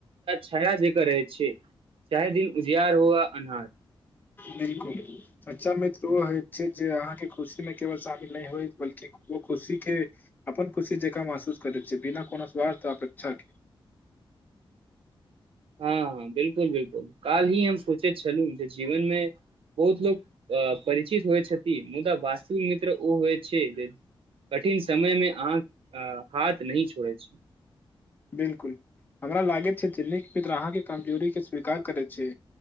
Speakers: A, on the right; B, on the left.
A: छाया जेकर रहै छियै चाहे दिन उजियार हुआ अन्हार
B: बिल्कुल सच्चा मित्र ओ होइत छै जे अहाँके खुशी मे केवल शामिल नहि होय बल्कि ओ खुशी के अपन खुशी जकाँ महसूस करैत छै बिना कोनो स्वार्थ अपेक्षा के
A: <inaudible> हँ हँ बिलकुल बिलकुल काल्हि हम सोचैत छलहु जे जीवनमे बहुत लोक अ परिचित होइ छथि मुदा वास्तविक मित्र ओ होइ छै जे कठिन समयमे आहक हाथ नहि छोड़ै छै
B: बिलकुल हमरा लागैत छै जे नीक मित्र अहाँके कमजोरीके स्वीकार करैत छै